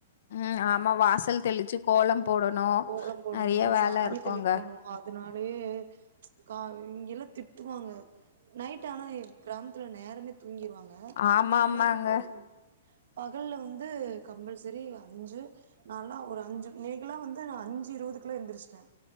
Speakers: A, on the left (about 65°); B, on the right (about 70°).
A: உம் ஆமா வாசல் தெளிச்சு கோலம் போடணும்
B: கோல போடணு
A: நறைய வேல
B: சாணி
A: இருக்கும்
B: தெளிக்கணு
A: அங்க
B: <unintelligible> கா இங்க எல்லாம் திட்டுவாங்க நைட் ஆனா இ கிராம் இல்ல நேரமே தூங்கிருவாங்க
A: ஆம்மாம்மாங்க
B: ஆனா வந்து பகல்ல வந்து கம்பல்சரி அஞ்சு நான்லாம் ஒரு அஞ்சு லீகல்லா வந்து நான் அஞ்சு இருபதுக்கெள்ளாம் எழுந்திரச்சிட்டேன்